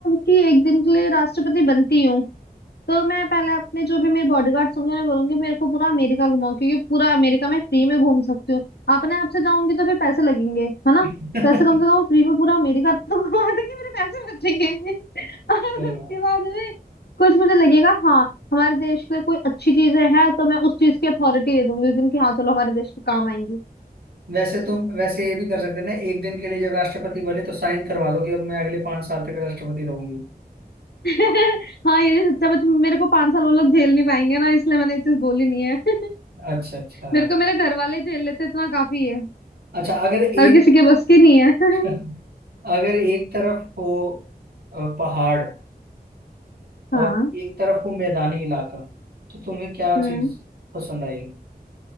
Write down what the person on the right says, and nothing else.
<laughs> अरे
वाह।
वैसे तुम वैसे ये भी कर सकते हैं ना एक दिन के लिए जब राष्ट्रपति बने तो साइन करवा लो कि अब मैं अगले पांच साल तक राष्ट्रपति रहूंगी
अच्छा अच्छा
अच्छा अगर
एक
<laughs> अगर एक तरफ हो अ, पहाड़
और एक तरफ हो मैदानी इलाका तो तुम्हें क्या
चीज पसंद आएगी